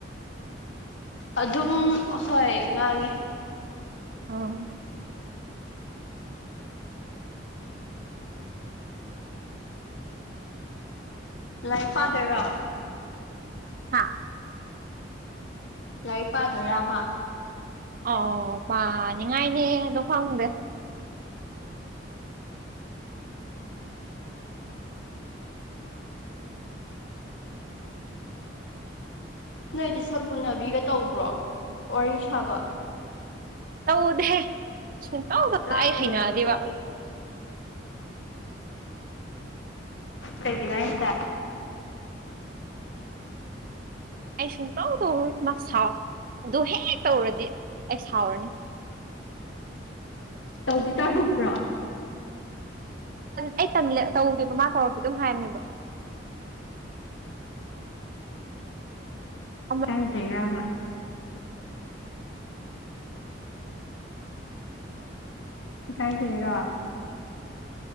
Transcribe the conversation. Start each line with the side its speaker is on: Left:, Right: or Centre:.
Left: ꯑꯗꯨꯝ ꯍꯣꯏ ꯉꯥꯡꯉꯦ
Right: ꯑꯣ
Left: ꯂꯥꯏꯔꯤꯛ ꯄꯗꯣꯏꯔꯣ
Right: ꯍꯥꯥ
Left: ꯌꯥꯏꯔꯤꯛ ꯄꯥꯗꯣꯏꯔꯥꯕ
Right: ꯑ ꯄꯥꯅꯤꯡꯉꯥꯏꯅꯦꯗꯣ ꯈꯪꯗꯦ
Left: ꯅꯣꯏꯗꯤ ꯁꯛ ꯎꯅꯕꯤꯒ ꯇꯧꯕ꯭ꯔꯣ ꯋꯥꯔꯤ ꯁꯥꯕ
Right: ꯇꯧꯗꯦ ꯁꯨꯡꯇꯧꯗ
Left: ꯂꯥꯞꯅ
Right: ꯑꯩ ꯍꯩꯅꯑꯗꯦꯕ
Left: ꯂꯩꯅꯕꯒꯤ ꯇꯒꯤꯅ ꯏꯇ
Right: ꯑꯩ ꯁꯨꯡꯇꯧ ꯇꯧꯔꯨꯅꯤ ꯃꯥ ꯁꯥꯎ ꯑꯗꯨ ꯍꯦꯛꯦꯛ ꯇꯧꯔꯗꯤ ꯑꯩ ꯁꯥꯎꯔꯅꯤ
Left: ꯇꯧꯗꯤ ꯇꯥꯔꯨꯄ꯭ꯔꯣ
Right: ꯑꯩ ꯇꯧꯗꯦꯕ ꯃꯥ ꯇꯧꯔꯛꯀꯦ ꯑꯗꯨꯝ ꯍꯥꯏꯔꯅꯦꯕ ꯑꯃꯨꯛ
Left: ꯎ ꯀꯥꯏꯖꯩꯒꯕ ꯏꯀꯥꯏꯖꯩꯔꯥ